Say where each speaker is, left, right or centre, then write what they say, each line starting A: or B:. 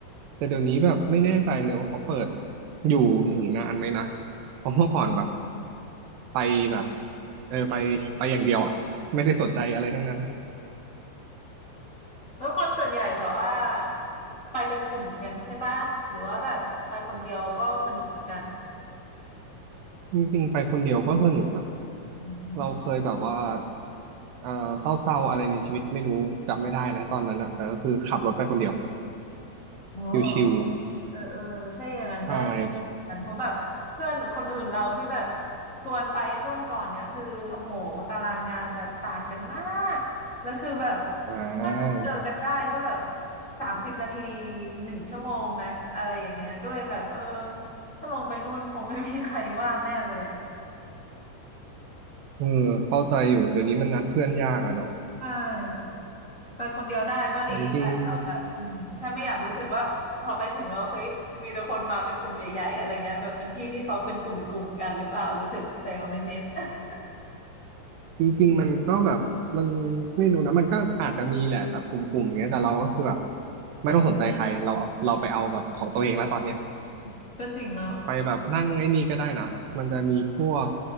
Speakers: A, on the right (about 85°); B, on the left (about 30°).
A: แต่เดี๋ยวนี้แบบไม่แน่ใจเลยว่าเขาเปิดอยู่ถึงนานไหมนะเพราะเมื่อก่อนแบบไปแบบเออไปไปอย่างเดียวอ่ะไม่ได้สนใจอะไรทั้งนั้น
B: แล้วคนส่วนใหญ่แบบว่าไปเป็นกลุ่มกันใช่ปะหรือว่าแบบไปคนเดียวก็สนุกเหมือนกัน
A: จริงๆไปคนเดียวก็สนุกนะ
B: อืม
A: เราเคยแบบว่าเอ่อเศร้าๆอะไรในชีวิตไม่รู้จำไม่ได้นะตอนนั้นอะแต่ก็คือขับรถไปคนเดียว
B: อ๋อเหรอ
A: ชิว
B: เออเออถ้าอย่างนั้นได้
A: ใช่
B: กันเพราะแบบเพื่อนคนอื่นเราที่แบบชวนไปช่วงก่อนเนี้ยคือโอ้โหตารางงานแบบต่างกันมากแล้วคือแบบ
A: อ่า
B: ถ้าถ้าเจอกันได้ก็แบบสามสิบนาทีหนึ่งชั่วโมงแม็กซ์อะไรอย่างเงี้ยก็เลยแบบเออถ้าลงไปนู่นคงไม่มีใครว่างแน่เลยอ่ะ
A: เออเข้าใจอยู่เดี๋ยวนี้มันนัดเพื่อนยากอะเนาะ
B: ใช่ ไปคนเดียวได้ก็ดีแต่เราแบบอืมแค่ไม่อยากรู้สึกว่าพอไปถึงแล้วเฮ้ยมีแต่คนมาเป็นกลุ่มใหญ่ๆอะไรเงี้ยแบบเป็นที่ที่เขาเป็นกลุ่มกลุ่มกันหรือเปล่ารู้สึกเฟลนิดๆ
A: แต่จริงๆจริงๆมันก็แบบมันไม่รู้นะ มันก็อาจจะมีแหละแบบกลุ่มๆเงี้ยแต่เราก็คือแบบไม่ต้องสนใจใครเราเราไปเอาแบบของตัวเองแล้วตอนเนี้ย
B: <laughs> ก็จริงเนาะ
A: ไปแบบนั่งไอ้นี่ก็ได้นะ มันจะมีพวก